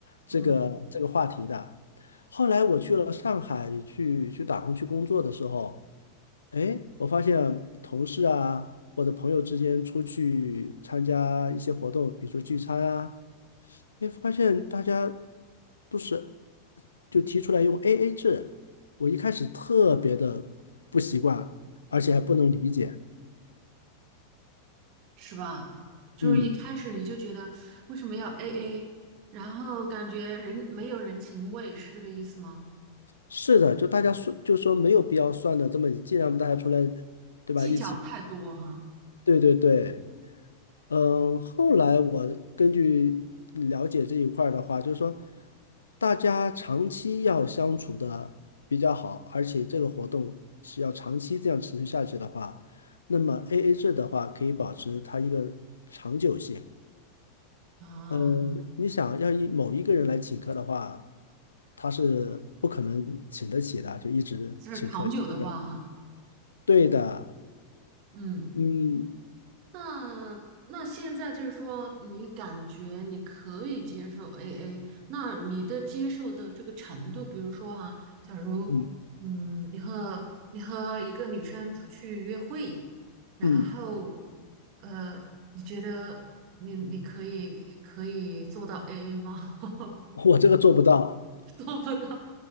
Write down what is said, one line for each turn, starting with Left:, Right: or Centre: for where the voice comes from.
Left: 这个这个话题的。
Right: 嗯，
Left: 后来我去了上海去去打工去工作的时候。哎，我发现同事啊或者朋友之间出去参加一些活动，比如说聚餐啊，哎，发现大家都是就提出来用 AA 制，我一开始特别的不习惯，
Right: 嗯，
Left: 而且还不能理解。
Right: 是吧？就是一开始你就觉得为什么要
Left: 嗯，
Right: AA，然后感觉人没有人情味，是这个意思吗？
Left: 是的，就大家说就说没有必要算的这么，既然我们大家出来，对吧，
Right: 计较太多哈
Left: 一起，对对对。嗯，后来我根据了解这一块儿的话，就是说，大家长期要相处的比较好，而且这个活动是要长期这样持续下去的话，那么 AA 制的话可以保持它一个长久性。
Right: 啊，
Left: 嗯，你想要一某一个人来请客的话，他是不可能请得起的，就一直请客。
Right: 就是长久的话哈，
Left: 对，对的，
Right: 嗯，
Left: 嗯
Right: 那那现在就是说，你感觉你可以接受 AA，那你的接受的这个程度，比如说哈，假如嗯，
Left: 嗯
Right: 你和你和一个女生出去约会，然后
Left: 嗯，
Right: 呃，你觉得你你可以可以做到 AA 吗？<laughs>
Left: 我这个做不到，
Right: 做不到，